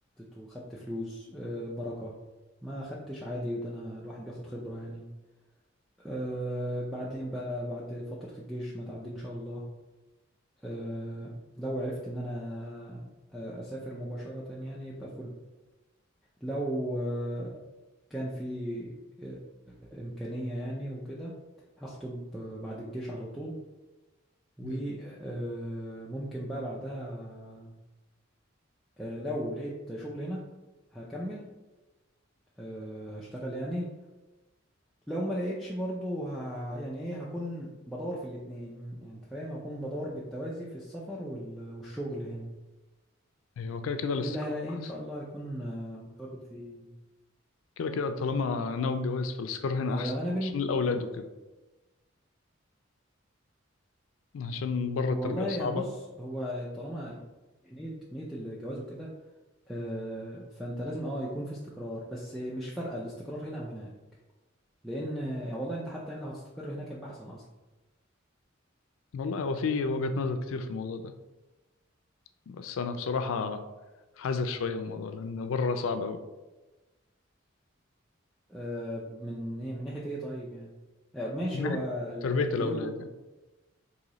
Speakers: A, in the centre; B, on the left.
A: وخدت فلوس آه، بركة ما خدتش عادي ده أنا الواحد بياخد خبرة يعني آه، بعدين بقى بعد فترة الجيش ما تعدي إن شاء الله آه، لو عرفت إن أنا آه، أسافر مباشرة يعني يبقى فل لو آه، كان في آه، إمكانية يعني وكده هخطب آه، بعد الجيش على طول وممكن
B: أمم.
A: بقى بعدها آه، لو لقيت شغل هنا هكمل آه، هشتغل يعني لو ما لقيتش برضو ه... يعني ايه هكون بدور في الاتنين يعني انت فاهم هكون بدور بالتوازي في السفر وال... والشغل هنا
B: ايوه كده كده الاستقرار
A: اللي هلاقيه
B: احسن
A: ان شاء الله هيكون آه، متواجد فيه
B: كده كده طالما ناوي الجواز فالاستقرار هنا
A: آه،
B: احسن
A: انا بن...
B: عشان الاولاد وكده عشان بره
A: والله
B: التربية
A: يعني
B: صعبة
A: بص هو طالما نية نية الجواز وكده آه، فانت لازم اه يكون في استقرار بس مش فارقه الاستقرار هنا او هناك لان يعني والله انت حتى يعني لو هتستقر هناك يبقى احسن اصلا
B: والله هو في وجهة نظر كتير في الموضوع ده بس أنا بصراحة حذر شوية من الموضوع لأن بره صعب أوي
A: آه، من ايه من ناحيه ايه طيب يعني آه، ماشي
B: من ناحية
A: هو ال-
B: تربية
A: الغلو
B: الأولاد يعني